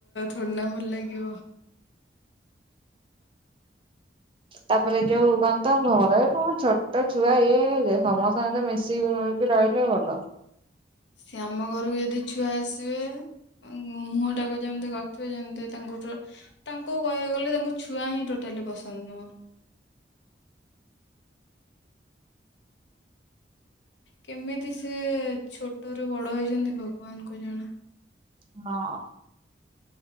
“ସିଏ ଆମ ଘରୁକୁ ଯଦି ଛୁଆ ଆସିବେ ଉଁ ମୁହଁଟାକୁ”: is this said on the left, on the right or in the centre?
Left